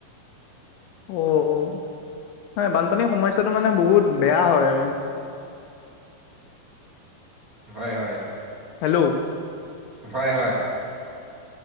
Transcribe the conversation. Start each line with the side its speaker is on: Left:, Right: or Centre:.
Left: অ', অ', হয়, বানপানীৰ সমস্যাটো মানে, বহুত বেয়া হয়।
Right: হয়, হয়।
Left: হেল্ল'।
Right: হয়, হয়।